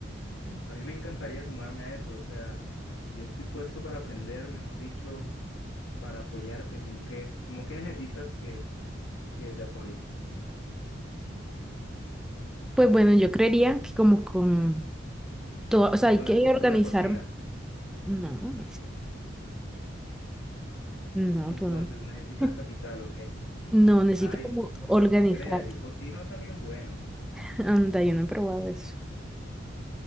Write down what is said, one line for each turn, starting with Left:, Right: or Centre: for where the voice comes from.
Left: <laughs> A mí me encantaría sumarme a eso. O sea, yo estoy puesto para aprender, mejor dicho, para apoyarte. Como que, como que necesitas que, que te apoye
Centre: Pues bueno, yo creería que como con todo, o sea, hay
Left: con
Centre: que
Left: la, co-
Centre: organizar.
Left: con la cocina.
Centre: No, <laughs> no,
Left: Entonces
Centre: tú no.
Left: necesitas
Centre: <laughs>
Left: capital o qué.
Centre: No, necesito
Left: Ay,
Centre: como organizar.
Left: no creas, yo cocino también bueno.
Centre: <laughs> Anda, yo no he probado eso.